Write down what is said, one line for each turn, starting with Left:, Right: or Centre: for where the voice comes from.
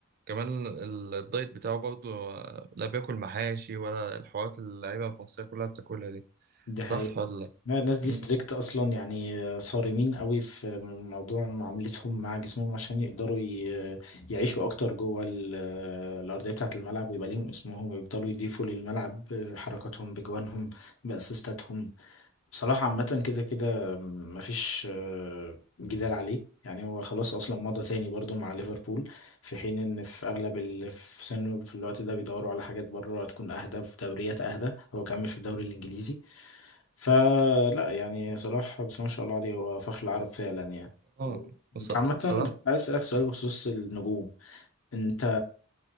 Right: كمان ال- الدايت بتاعه برضو آه، لا بياكل محاشي ولا الحوارات اللي اللعيبه المصريه كلها بتاكلها دي
Left: ده
Right: صح ولا لا؟
Left: لا، الناس دي
Right: مم.
Left: ستريكت اصلا يعني آه، صارمين قوي في موضوع معاملتهم مع جسمهم عشان يقدروا ي- يعيشوا اكتر جوه ال- آه، الارضيه بتاعه الملعب ويبقى ليهم اسمهم ويفضلوا يضيفوا للملعب آه، حركاتهم بجوانهم باسيستاتهم بصراحة عامة كده كده مفيش آه، جدال عليه يعني هو خلاص أصلا مضى تاني برضو مع ليفربول في حين إن في أغلب اللي في سنه في الوقت ده بيدوروا على حاجات بره تكون أهدى في دوريات أهدى هو كمل في الدوري الإنجليزي فلا يعني صلاح بس ما شاء الله عليه هو فخر العرب فعلا يعني
Right: اه
Left: و- انت
Right: ص-
Left: عامة كنت
Right: صلاح
Left: عايز اسألك سؤال بخصوص النجوم انت